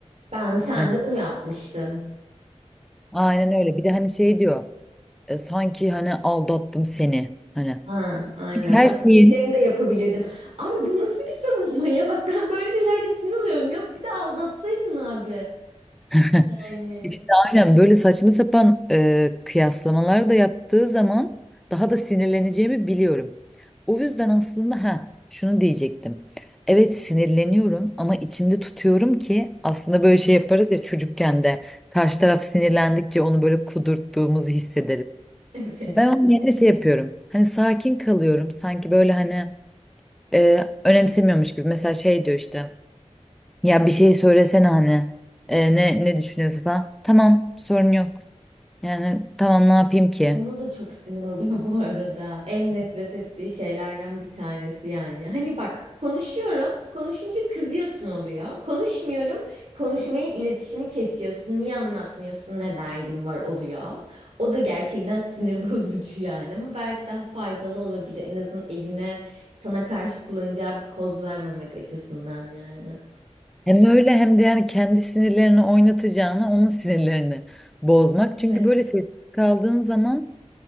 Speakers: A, on the right; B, in the centre.
A: Ben sen
B: Hani
A: de bunu yapmıştın.
B: aynen öyle. Bir de hani şey diyor. e, sanki hani aldattım seni hani
A: Ha, aynen.
B: Her
A: Daha
B: şeyin
A: büyüklerini de yapabilirdim. Abi bu nasıl bir savunma ya? Bak ben böyle şeylerde sinir oluyorum. Yok bir de aldatsaydın abi.
B: <laughs>
A: Yani
B: işte aynen böyle saçma sapan e, kıyaslamalar da yaptığı zaman daha da sinirleneceğimi biliyorum. O yüzden aslında ha şunu diyecektim. Evet sinirleniyorum ama içimde tutuyorum ki aslında böyle şey yaparız ya çocukken de karşı taraf sinirlendikçe onu böyle kudurttuğumuzu hissederiz.
A: <laughs> evet.
B: Ben onun yerine şey yapıyorum. Hani sakin kalıyorum. Sanki böyle hani e, önemsemiyormuş gibi. Mesela şey diyor işte. Ya bir şey söylesene hani E, ne ne düşünüyorsun falan. Tamam sorun yok. Yani tamam ne yapayım ki?
A: Ona da çok sinir oluyor <laughs> bu arada. En nefret ettiği şeylerden bir tanesi yani. Hani bak konuşuyorum, konuşunca kızıyorsun oluyor. Konuşmuyorum, konuşmayı, iletişimi kesiyorsun. Niye anlatmıyorsun, ne derdin var oluyor. O da gerçekten sinir <laughs> bozucu yani. Ama belki daha faydalı olabilir. En azından eline sana karşı kullanacağı bir koz vermemek açısından yani.
B: Hem öyle hem de yani kendi sinirlerini oynatacağına onun sinirlerini bozmak. Çünkü
A: Evet.
B: böyle sessiz kaldığın zaman